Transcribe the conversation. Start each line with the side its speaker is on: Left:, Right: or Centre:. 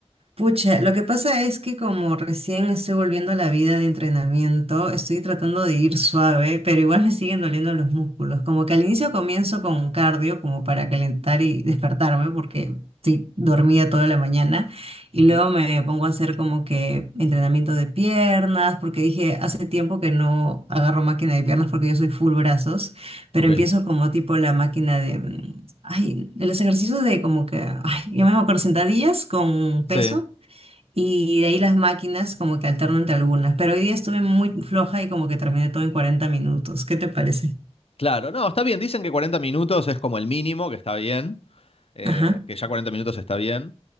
Right: Pucha, lo que pasa es que como recién estoy volviendo a la vida de entrenamiento, estoy tratando de ir suave, pero igual me siguen doliendo los músculos. Como que al inicio comienzo con cardio como para calentar y despertarme, porque sí, dormía toda la mañana, y
Left: Ujú,
Right: luego me pongo a hacer como que entrenamiento de piernas, porque dije, hace tiempo que no agarro máquina de piernas porque yo soy full brazos, pero
Left: Ok.
Right: empiezo como tipo la máquina de... mm, Ay, de los ejercicios de como que, ay, yo me acuerdo sentadillas con
Left: Sí,
Right: peso y de ahí las máquinas como que alterno entre algunas, pero hoy día estuve muy floja y como que terminé todo en cuarenta minutos. ¿Qué te parece?
Left: claro. No, está bien. Dicen que 40 minutos es como el mínimo, que está bien. eh,
Right: Ajá,
Left: que ya 40 minutos está bien.